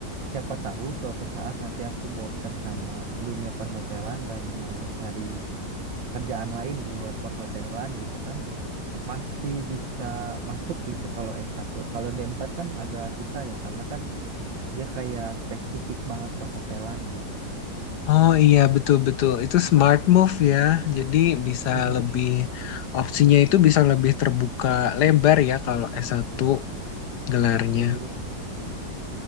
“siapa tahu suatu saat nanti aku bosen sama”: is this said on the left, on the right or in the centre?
Right